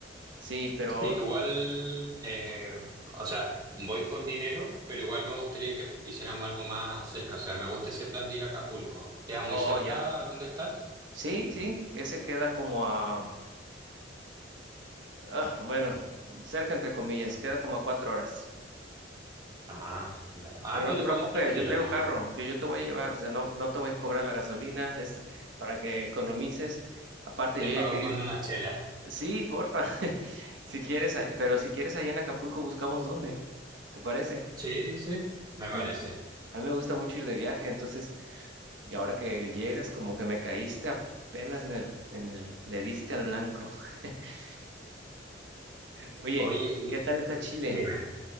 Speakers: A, on the right; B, on the right.
A: sí, pero...
B: Sí, igual, eh, o sea, voy con dinero, pero igual me gustaría que f- hiciéramos algo más cerca. O sea, me gusta ese plan de ir a Acapulco. ¿Queda muy
A: Oh,
B: cerca?
A: ya.
B: ¿Dónde estás?
A: Sí, sí, que se queda como a... ah, bueno, cerca entre comillas, queda como a cuatro horas.
B: Ah, ya. Ah,
A: Pero
B: pero
A: no te
B: igual
A: preocupes,
B: es tranquilo,
A: yo traigo
B: no.
A: carro, yo, yo te voy a llevar, o sea, no, no te voy a cobrar la gasolina, es para que economices. Aparte,
B: Te
A: yo
B: pago
A: ya quería...
B: con una chela.
A: Sí, porfa, <laughs> si quieres, ahí- pero si quieres allá en Acapulco buscamos dónde. ¿Te parece?
B: Sí, sí, me parece.
A: Me enca- A mí me gusta mucho ir de viaje, entonces, y ahora que llegas, como que me caíste apenas en el, en el, le diste al blanco. <laughs> Oye,
B: Oye,
A: ¿y
B: y
A: qué tal está Chile?
B: dime,